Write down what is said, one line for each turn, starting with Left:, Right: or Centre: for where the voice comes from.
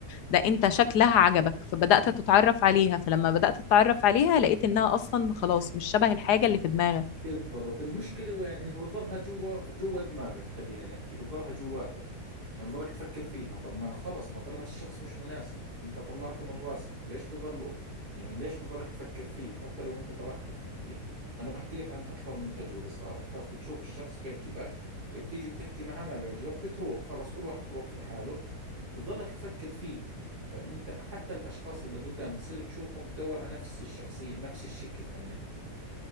Left: ده انت شكلها عجبك فبدأت تتعرف عليها فلما بدأت تتعرف عليها لقيت انها اصلا خلاص مش شبه الحاجة اللي في دماغك
Right: بالضبط المشكلة وين انها بتظلها جوا جوا دماغك خلينا نحكي بتظلها جواتك يعني بضلك تفكر فيها طب ما خلص ما طلعت الشخص مش مناسب انت طلعته من راسك ليش بضله يعني ليش بضلك تفكر فيه حتى لو انت تركته فهمتي انا بحكي لك عن اكثر من تجربة صارت خلاص بتشوف الشخص بيعجبك بتيجي بتحكي معه ما بيعجبك بتروح خلاص كل واحد بروح في حاله بتظلك تفكر فيه فانت حتى الاشخاص اللي قدام بتصير تشوفهم تدور على نفس الشخصية نفس الشكل خلينا نحكي